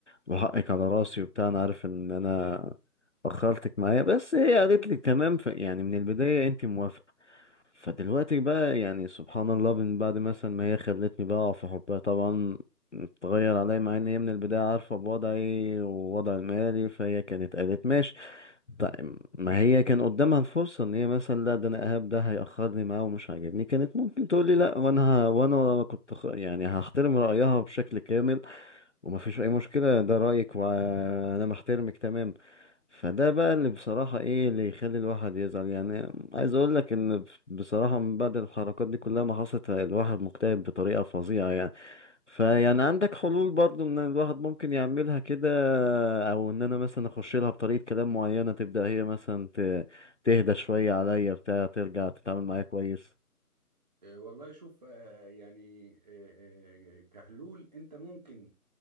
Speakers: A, on the left; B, on the right.
A: وحقك على راسي وبتاع انا عارف ان انا اخرتك معايا بس هي قالت لي تمام ف يعني من البداية انت موافقة فدلوقتي بقى يعني سبحان الله من بعد مثلا ما هي خلتني بقى في حبها طبعا اتغير عليا مع ان هي من البداية عارفة بوضعي ووضع المالي فهي كانت قالت ماشي طيب ما هي كان قدامها الفرصة ان هي مثلا لا ده انا اهاب ده هيأخرني معاه ومش عاجبني كانت ممكن تقول لي لا وانا ه- وانا كنت خ- يعني هحترم رأيها بشكل كامل وما فيش اي مشكلة ده رأيك وانا محترمك تمام فده بقى اللي بصراحة ايه اللي يخلي الواحد يزعل يعني عايز اقول لك ان ب- بصراحة من بعد الحركات دي كلها ما حصلت الواحد مكتئب بطريقة فظيعة يعني فيعني عندك حلول برضو ان الواحد ممكن يعملها كده او ان انا مثلا اخش لها بطريقة كلام معينة تبدأ هي مثلا ت- تهدى شوية عليا بتاع ترجع تتعامل معايا كويس
B: آه، والله شوف آه، يعني آه، آه، كحلول انت ممكن